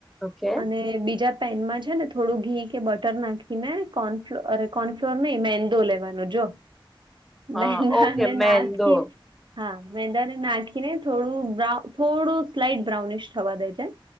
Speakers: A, in the centre; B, on the right.
A: ઓકે
B: અને બીજા પેનમાં છે ને થોડું ઘી કે બટર નાખીને કોનફ્ કોર્નફ્લોર ન‌ઈ મેંદો લેવાનો જો
A: હા
B: મેંદાને
A: ઓકે મેંદો
B: નાખી હા મેંદા ને નાખી નાખીને થોડું બ્રાઉ થોડું સ્લાઈટ બ્રાઉનિશ થવા દે જે